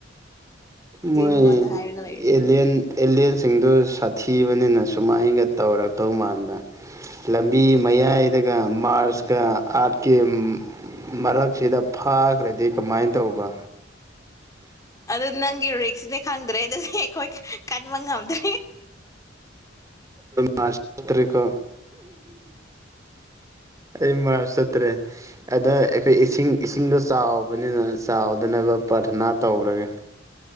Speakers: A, on the right; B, on the left.
A: ꯃꯣꯏ
B: ꯅꯉꯣꯟꯗ ꯍꯥꯏꯔꯒ ꯂꯩꯔꯤꯁꯦ
A: ꯑꯦꯟ ꯑꯦꯂꯤꯂꯤꯌꯥꯟꯁꯤꯡꯗꯨ ꯁꯥꯊꯤꯕꯅꯤꯅ ꯁꯨꯃꯥꯏꯅꯒ ꯇꯧꯔꯛꯇꯧ ꯃꯥꯟꯕ ꯂꯝꯕꯤ ꯃꯌꯥꯏꯗꯒ ꯃꯥꯔꯁ ꯑꯥꯔꯠꯀꯤ ꯃꯔꯛꯁꯤꯗ ꯐꯥꯈ꯭ꯔꯗꯤ ꯀꯃꯥꯏꯅ ꯇꯧꯕ
B: ꯑꯗꯨ ꯅꯪꯒꯤ ꯔꯤꯛꯁꯅꯦ ꯈꯪꯗ꯭ꯔꯦ ꯑꯗꯨ ꯑꯩꯈꯣꯏ ꯃ ꯉꯝꯗ
A: ꯃꯥꯁꯇꯔꯤꯀꯣ ꯑꯩ ꯃꯔꯔꯁꯇ꯭ꯔꯦ ꯑꯗ ꯑꯩꯈꯣꯏ ꯏꯁꯤꯡ ꯏꯁꯤꯡꯗꯣ ꯆꯥꯎꯕꯅꯤꯅ ꯆꯥꯎꯗꯅꯕ ꯄꯔꯊꯅꯥ ꯇꯧꯔꯒꯦ